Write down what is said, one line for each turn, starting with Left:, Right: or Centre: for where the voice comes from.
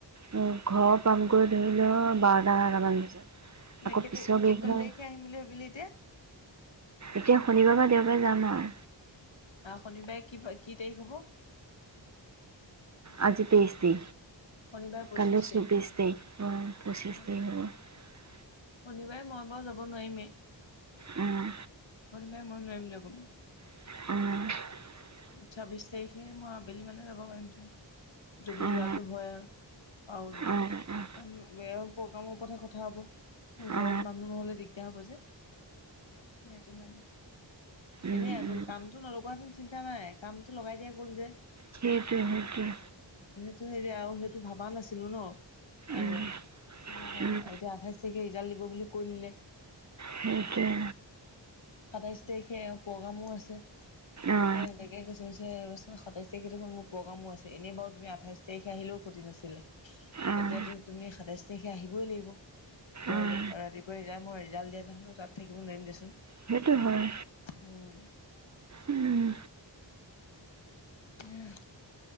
Right: হুম ঘৰ পামগৈ ধৰি লও বাৰটা এটামান বজাত আকৌ
Left: নে কেতিয়া
Right: পিছৰ গাড়ীখনত
Left: কোন তাৰিখে আহিম আহিম বুলি ভাবিলি এতিয়া
Right: এতিয়া শনিবাৰ বা দেওবাৰে যাম আও।
Left: অহ শনিবাই কি বা কি তাৰিখ হ'ব?
Right: আজি তেইজ দি
Left: শনিবাৰে পঁচিশ
Right: কালিও
Left: তাৰিখ।
Right: চব্বিশ তাৰিখ অ পঁচিশ
Left: অ'
Right: তাৰিখ হ'ব।
Left: শনিবাৰে মই বাৰু যাব নোৱাৰিমেই।
Right: উম।
Left: শনিবাৰে মই নোৱাৰিম যাবলে।
Right: অহ।
Left: ছাব্বিশ তাৰিখে মই আবেলি মানে যাব পাৰিম যদি
Right: অঁ
Left: যোৱাটো হয় আৰু পাৰু যদি
Right: অঁ অঁ অঁ
Left: কাৰণ প্ৰগ্ৰামৰ ওপৰতহে কথা হ'ব। ঘৰত
Right: অঁ
Left: মানুহ নহলে দিগদাৰ হব যে, সেইটো কাণে।
Right: অঁ
Left: এনে আগ
Right: অঁ
Left: কামটো নলগোৱা হেতেন চিন্তা নাই কামতটো লগাই দিয়া গ'ল যে।
Right: সেইটোৱে সেইটোৱে।
Left: টো হেৰি আৰু সেইটো ভবা নাছিলো ন
Right: উম
Left: আগে সেইটো কাৰণে
Right: উম
Left: আৰু এতিয়া আঠাইছ তাৰিখে ৰিজাল্ট দিব বুলি কৈ দিলে,
Right: সেইটোৱে।
Left: সাতাইশ তাৰিখে এওঁ প্ৰগ্ৰামো আছে। এ
Right: অঁ
Left: তাকে কৈছ ধিছে ৰবাচোন সাতাইশ তাৰিখে মোৰ প্ৰগ্ৰামো আছে এনেই বাৰু তুমি আঠাশই তাৰিখে আহিলেও ক্ষতি নাছিলে। এতিয়াতো
Right: অঁ
Left: তুমি সাতাশই তাৰিখে আহিবই লাগিব। ঘৰলৈ
Right: অঁ
Left: আৰু ৰাতিপুৱা মই ৰিজাল্ট দিয়া দেখোনো তাত থাকিব নোৱাৰিম দেচোন।
Right: সেইটো হয়।
Left: উম
Right: উম
Left: উম।